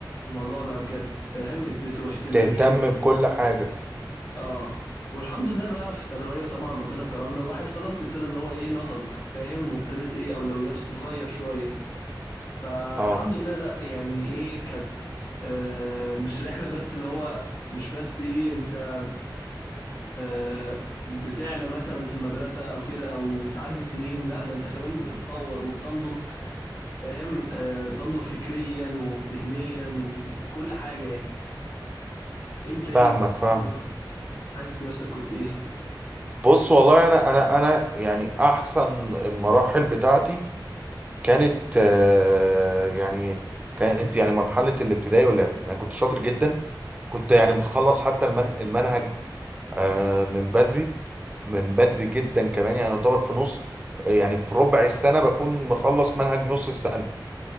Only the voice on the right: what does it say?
تهتم
بكل حاجه
اه
فاهمك
فاهمك
بص والله انا انا انا يعني احسن المراحل بتاعتي كانت آه، يعني كانت يعني مرحلة الابتدائي والإعدادي أنا كنت شاطر جدا كنت يعني بخلص حتى المن المنهج آه، من بدري من بدري جدا كمان يعني يعتبر في نص يعني في ربع السنة بكون مخلص منهج نص السنة